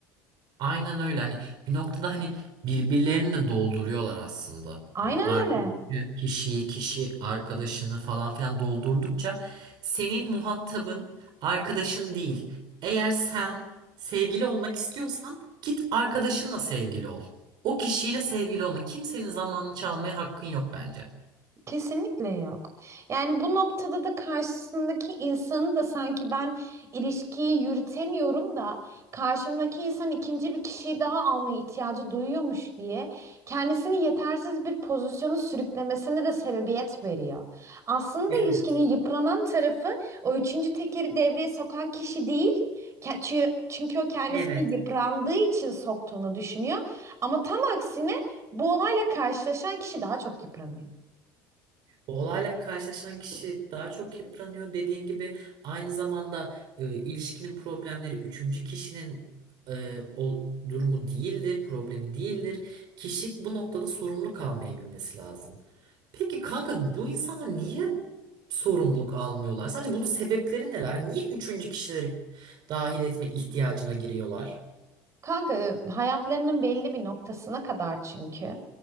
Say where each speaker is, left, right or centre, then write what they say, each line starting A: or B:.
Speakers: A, on the right (about 60°); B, on the right (about 35°).
A: Aynen öyle. Hani bir noktada hani birbirlerini de dolduruyorlar aslında.
B: Aynen
A: Hani arkadaki
B: öyle.
A: kişiyi, kişi arkadaşını falan filan doldurdukça senin muhatabın arkadaşın değil. Eğer sen sevgili olmak istiyorsan git arkadaşınla sevgili ol. O kişiyle sevgili olma. Kimsenin zamanını çalmaya hakkın yok bence.
B: Kesinlikle yok. Yani bu noktada da karşısındaki insanı da sanki ben ilişkiyi yürütemiyorum da karşımdaki insan ikinci bir kişiyi daha almaya ihtiyacı duyuyormuş diye kendisini yetersiz bir pozisyonu sürüklemesine de sebebiyet veriyor. Aslında
A: Evet.
B: ilişkinin yıpranan tarafı o üçüncü tekeri devreye sokan kişi değil. Ke- Çünkü, çünkü o kendisini
A: Evet.
B: yıprandığı için soktuğunu düşünüyor. Ama tam aksine bu olayla karşılaşan kişi daha çok yıpranıyor.
A: Olayla karşılaşan kişi daha çok yıpranıyor. Dediğin gibi aynı zamanda e, ilişkinin problemleri üçüncü kişinin e, o durumu değildir, problemi değildir. Kişi bu noktada sorumlu kalmayı bilmesi lazım. Peki kanka bu insanlar niye sorumluluk almıyorlar? Sadece bunun sebepleri neler? Niye üçüncü kişileri dahil etme ihtiyacına giriyorlar?
B: Kanka hayatlarının belli bir noktasına kadar çünkü.